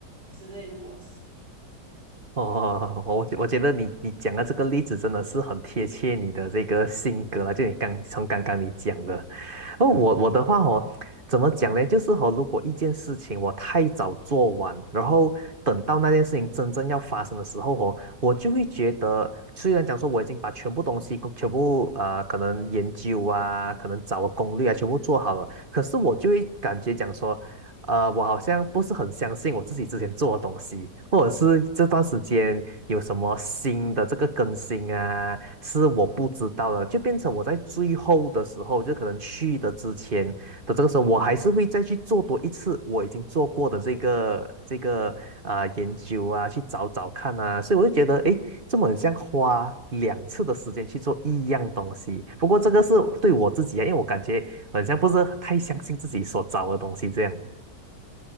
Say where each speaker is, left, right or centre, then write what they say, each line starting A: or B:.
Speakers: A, on the right; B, on the right.
A: 之类的东西。
B: 哦，我觉我觉得你你讲的这个例子真的是很贴切你的这个性格啊，就你刚从刚刚你讲的，哦，我我的话哦，怎么讲呢？就是哦，如果一件事情我太早做完，然后等到那件事情真正要发生的时候哦，我就会觉得，虽然讲说我已经把全部东西全部啊，可能研究啊，可能找个攻略啊，全部做好了，可是我就会感觉讲说。呃，我好像不是很相信我自己之前做的东西，或者是这段时间有什么新的这个更新啊，是我不知道的，就变成我在最后的时候，就可能去的之前的这个时候，我还是会再去做多一次我已经做过的这个这个啊、研究啊，去找找看啊，所以我就觉得，诶，这么很像花两次的时间去做一样东西。不过这个是对我自己啊，因为我感觉很像不是太相信自己所找的东西这样。